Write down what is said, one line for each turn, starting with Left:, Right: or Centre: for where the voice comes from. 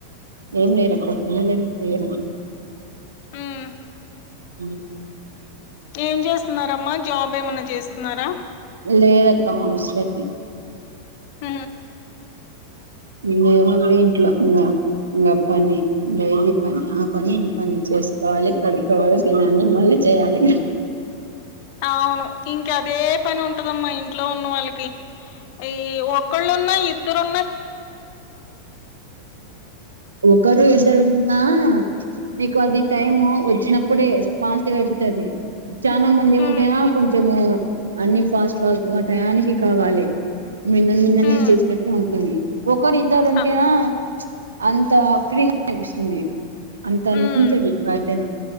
Right: ఏం లేరుక్క పల్లలుం ఏరు
Left: ఉమ్
Right: అ
Left: ఏం చేస్తున్నారమ్మా జాబ్ ఏమనా చేస్తున్నారా
Right: లే రక్క వే
Left: హ
Right: ఇ ఏమ ఇంట్లో ఉ ఇంకా పని డైలీ పని ఆ పని ఇ పని చేసుకోవాలి కడుపుక్కకోవాలి తినాలి మళ్ళీ చేయాలి
Left: అవును ఇంకా అదే పని ఉంటు దమ్మా ఇంట్లో ఉన్న వాళ్ళకి ఈ ఒక్కళ్ళున్నా ఇద్దరు
Right: ఒకరు ఇద్దరు ఉన్నా నీకు అది టైమ్ వచ్చినప్పుడే పాస్ట్గా అయిపోతుంది చనా మంది
Left: హ్మ్.
Right: ఉంటే ఆ కొంచెం అన్ని ఫస్ ఫస్ట్గా టయానికి కావాలి నిన్న నిన్ననే
Left: హ్మ్.
Right: చేసినట్టు ఉంట తడి ఒక్కోరుద్దారు ఉంటేనా
Left: ఆ!
Right: అంత ఫ్రీగా అనిపిస్తుంది అంత
Left: హ్మ్.
Right: అనిపించదు గార్డెన్